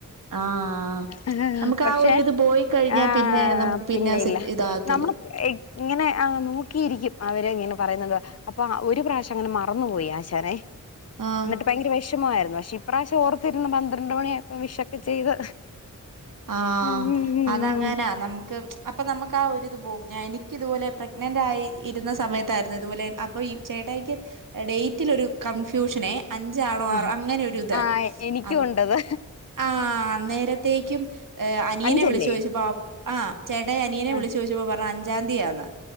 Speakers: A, on the right; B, on the left.
A: ആഹ്
B: ആഹ്
A: നമുക്ക്
B: പക്ഷെ
A: ആ ഒരിത് പോയി കഴിഞ്ഞാൽ
B: ആഹ്
A: പിന്നെ നമുക്ക് പിന്നെ
B: പിന്നെയില്ല.
A: അത് സെറ്റ് ഇതാകത്തില്ല.
B: നമ്മള് ഇക് ഇങ്ങനെ ആഹ് നോക്കിയിരിക്കും. അവര് ഇങ്ങനെ പറയുന്നുണ്ടോ അപ്പ ഒരു പ്രശ്യ- അങ്ങനെ മറന്നുപോയി ആശാനെ.
A: ആഹ്
B: ന്നട്ട് ഭയങ്കര വേഷമായിരുന്നു. പക്ഷെ ഇപ്രാവശം ഓർത്തിരുന്നു. പന്ത്രണ്ട് മണിയായപ്പോ വിഷൊക്കെ ചെയ്ത്.
A: ആഹ്
B: ഉം ഉം
A: അതങ്ങനാ
B: ഉം
A: നമുക്ക് അപ്പ നമ്മക്ക് ആ ഒരിത് പോവും. ഞാ എനിക്കിതുപോലെ പ്രഗ്നന്റ് ആയി ഇരുന്ന സമയത്തായിരുന്നു. ഇതുപോലെ അപ്പാ - ചേട്ടയിക്ക് ഡേറ്റിലൊരു കംഫ്യൂഷനെ അഞ്ചാണോ
B: ഉം
A: ആറ അങ്ങനെരുത്.
B: ആ എനിക്കും
A: അന്ന്
B: ഉണ്ടത്
A: ആഹ് അന്നേരത്തേയ്ക്കും- ഏഹ് അനിയനെ
B: അഞ്ചല്ലേ
A: വിളിചോദിച്ചപ്പോ - ആഹ് ചേട്ടായി അനിയനെ
B: ആ
A: വിളിച്ചു ചോദിച്ചപ്പോ പറഞ്ഞു അഞ്ചാ തിയാന്ന്.